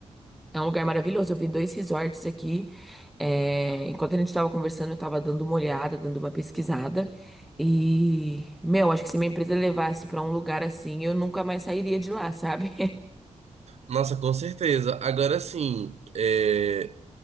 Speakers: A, in the centre; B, on the right.
A: É um lugar maravilhoso. Eu vi dois resorts aqui. É, Enquanto a gente estava conversando, eu estava dando uma olhada, dando uma pesquisada. E, meu, acho que se minha empresa levasse para um lugar assim, eu nunca mais sairia de lá, sabe?
B: Nossa, com certeza. Agora sim, é,